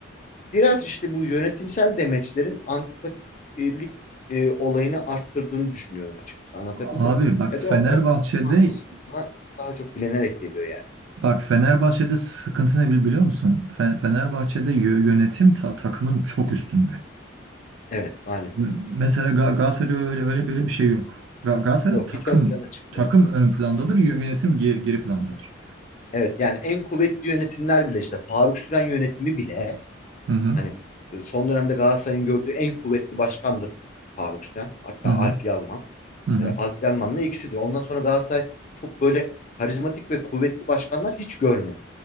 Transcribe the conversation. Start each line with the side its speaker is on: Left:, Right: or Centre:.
Left: biraz işte bu yönetimsel demeçlerin antipatiklik e, olayını arttırdığını düşünüyorum açıkçası. Anlatabildim
Right: Abi
Left: mi?
Right: bak
Left: E
Right: Fenerbahçe'de
Left: doğal olarak Samsun Spor bana daha çok bilenerek geliyor yani.
Right: Bak Fenerbahçe'de sıkıntı ne bili- biliyor musun? Fe- Fenerbahçe'de yö- yönetim ta- takımın çok üstünde.
Left: Evet maalesef.
Right: M- Mesela Ga- Galatasaray'da öyle öyle böyle bir şey yok. Ga Galatasaray'da
Left: Yok
Right: takım
Left: hiç ön plana çıkmıyor.
Right: takım ön plandadır, yö- yönetim geri, geri plandadır.
Left: Evet yani en kuvvetli yönetimler bile işte Faruk Süren yönetimi bile
Right: Hı hı.
Left: hani e, son dönemde Galatasaray'ın gördüğü en kuvvetli başkandır Faruk Süren. Hatta
Right: Hı hı.
Left: Alp Yalman.
Right: Hı hı.
Left: E, Alp Yalman'la ikisidir. Ondan sonra Galatasaray çok böyle karizmatik ve kuvvetli başkanlar hiç görmedi.